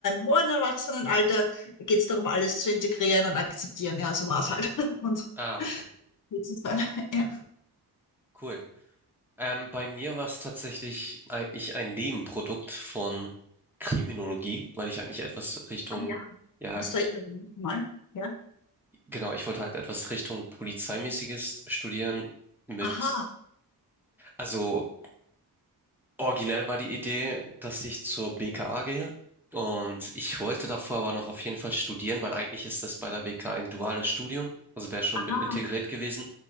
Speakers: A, on the left (about 55°); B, in the centre.
A: hohen Erwachsenenalter geht es darum, alles zu integrieren und akzeptieren. Ja, so war es halt. <laughs> Und
B: Ah, okay.
A: jetzt ist es dann, ja.
B: Cool. Ähm, bei mir war es tatsächlich eigentlich ein Nebenprodukt von Kriminologie, weil ich eigentlich etwas Richtung,
A: Ah ja,
B: ja,
A: hast du irgendwie mal, ja.
B: genau, ich wollte halt etwas Richtung Polizeimäßiges studieren mit,
A: Aha,
B: also Originell war die Idee, dass ich zur BKA gehe und ich wollte davor aber noch auf jeden Fall studieren, weil eigentlich ist das bei der BKA ein duales Studium, also wäre schon
A: aha.
B: mit integriert gewesen.